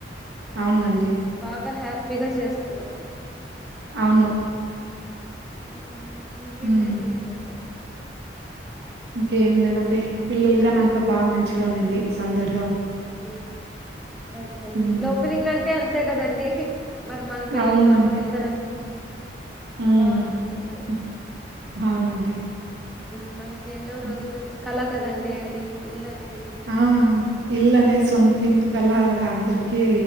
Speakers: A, on the right; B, in the centre.
A: అవునండి
B: బాగా హ్యాపీగా చేసు కునార
A: అవును
B: ఉ ఇంకేంటండి
A: హ్మ్.
B: విశేషాలు
A: ఇంకేం లేదండి పిల్లలు గన్ అంతా బాగా మంచిగా ఉనింది సందడి
B: మ్మ్ అదేండి.
A: హ్మ్
B: ఇల్లోపనింగంట్
A: హ్మ్.
B: అంటే అంతే కదండి. మరి మన పిల్లలు
A: అవునండి.
B: అందరు
A: హ్మ్
B: బావుంటుందండి.
A: హ్మ్. అవునండి.
B: హ్మ్ మన ఎన్నో
A: హ్మ్.
B: రోజుల నుంచి కలా కదండి అది ఇల్లు అనే
A: ఆ ఇల్లానేది సొంతింటి కలా ఇగ అందరికి